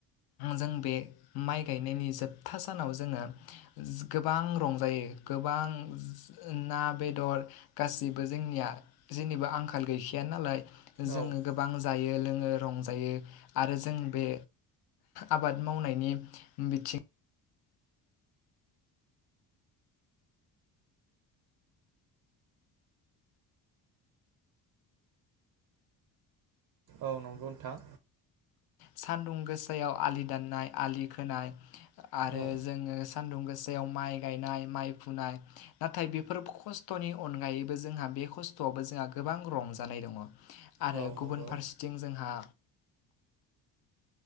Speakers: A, on the left; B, on the right.
A: जों बे माइ गायनायनि जोबथा सानाव जोङो गोबां रंजायो गोबां जो ना बेदर गासिबो जोंनिया जेनिबो आंखाल खाल गैखाया नालाय जोङो
B: औ
A: गोबां जायो लों ङो रंजायो आरो जों बे आबाद मावनायनि बिथिं
B: औ नंगौ नोंथां।
A: सान्दुं गोसायाव आलि दाननाय आलि खोनाय‌ आरो
B: औ
A: जोङो सान्दुं गोसायाव माइ गायनाय माइ फुनाय नाथाय बेफोर खस्थ'नि अनगायैबो जोंहा बे खस्थ'आवबो जोंहा गोबां रंजानाय दङ। आरो
B: औ नंगौ
A: गुबुन फारसेथिं जोंहा